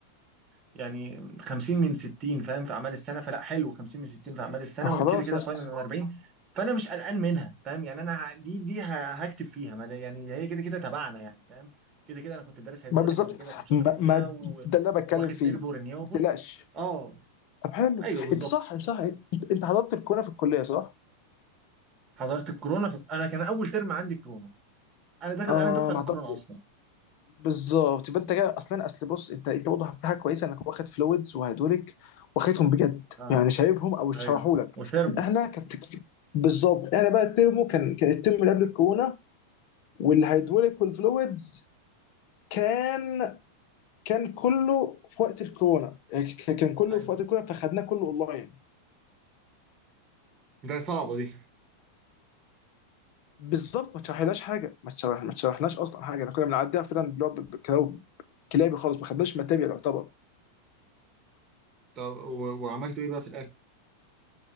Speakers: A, on the right; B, on the left.
A: يعني 50 من 60 فاهم في اعمال السنه فلا حلو 50 من 60 في اعمال السنه
B: طب خلاص
A: وكده كده
B: يا اسطى
A: فاينل من 40 فانا مش قلقان منها فاهم يعني انا ه- دي دي ه- هكتب فيها ما أنا يعني هي كده كده تبعنا يعني فاهم كده كده انا كنت دارس هيدروليك
B: ما بالظبط
A: قبل كده كنت شاطر
B: ما,
A: فيها
B: ما
A: و...
B: ده اللي انا بتكلم
A: واخد
B: فيه
A: تربو رينيوبل
B: ما تقلقش
A: اه
B: طب حلو
A: ايوه بالظبط
B: انت صح صح انت, انت حضرت الكوره في الكليه صح؟
A: حضرت الكورونا في... انا كان اول ترم عندي كورونا انا داخل
B: اه
A: انا دفعه الكورونا
B: ما حضرت
A: اصلا
B: بالظبط يبقى انت كده اصلا اصل بص انت انت برضه في حاجه كويسه انك واخد فلويدز وهيدوليك واخدهم بجد
A: اه
B: يعني شايفهم او شرحوا
A: ايوه
B: لك
A: وثيرمو
B: احنا كانت بالظبط احنا بقى الترمو كان كان الترم اللي قبل الكورونا والهيدوليك والفلويدز كان كان كله في وقت الكورونا يعني كان كله
A: ايوه
B: في وقت الكورونا فخدناه كله اونلاين
A: ده صعبة دي
B: بالظبط ما تشرحلهاش حاجه ما تشرح ما تشرحناش اصلا حاجه احنا كنا بنعديها فعلا اللي هو ب- ب- كلاو- كلابي خالص ما خدناش ماتيريال يعتبر
A: طب و... وعملتوا ايه بقى في الاخر